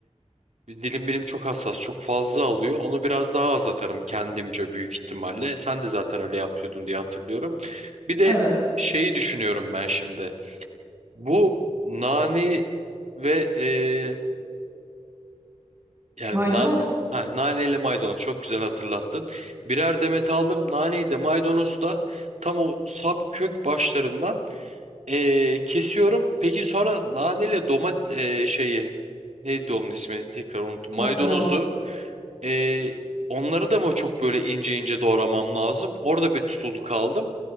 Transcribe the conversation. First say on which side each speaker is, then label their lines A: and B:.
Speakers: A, on the right; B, on the right.
A: Dilim benim çok hassas, çok fazla alıyor. Onu biraz daha az atarım kendimce büyük ihtimalle. Sen de zaten öyle yapıyordun diye hatırlıyorum. Bir de
B: Evet.
A: şeyi düşünüyorum ben şimdi. Bu nane ve e, yani
B: Maydanoz.
A: na, ha, nane ile maydanoz çok güzel hatırlattın. Birer demet aldım. Naneyi de maydanozu da tam o sap kök başlarından e, kesiyorum. Peki sonra nane ile domat e, şeyi neydi onun ismi? Tekrar unuttum. Maydanozu
B: Maydanoz.
A: ee, onları da mı çok böyle ince ince doğramam lazım? Orada bir tutuldu kaldım.